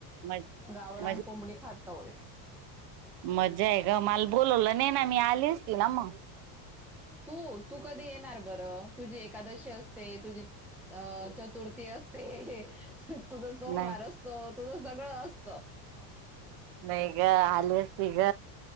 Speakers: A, on the right; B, in the centre.
A: मजा
B: गावरान कोंबडी खातात व
A: मजा आहे ग मला बोलवलं नाही ना मी आलीच ती ना मग
B: तू तू कधी येणार बरं तुझी एकादशी असते तुझी अ चतुर्थी असते तुझं सोमार
A: नाही
B: असतो तुझं सगळं असत
A: नाही ग आली असती ग